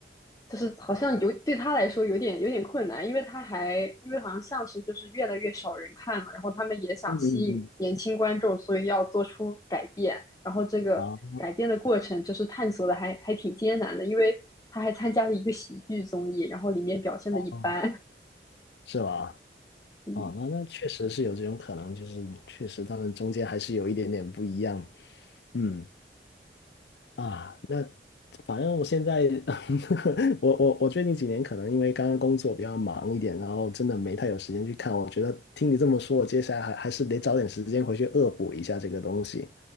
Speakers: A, on the left (about 20°); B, on the left (about 75°).
A: 就是好像有对他来说有点有点困难，因为他还因为好像相声就是越来越少人看了，然后他们也想吸引年轻观众，
B: 嗯嗯嗯，
A: 所以要做出改变，然后这个改变的过程就是探索的还还挺艰难的，
B: 哦
A: 因为他还参加了一个喜剧综艺，然后里面表现的一般，
B: 哦，是吧？
A: 嗯，
B: 哦，那那确实是有这种可能，就是确实他们中间还是有一点点不一样。嗯啊，反正我现在，<laughs> 我我我最近几年可能因为刚刚工作比较忙一点，然后真的没太有时间去看。我觉得听你这么说，我接下来还还是得找点时间回去恶补一下这个东西。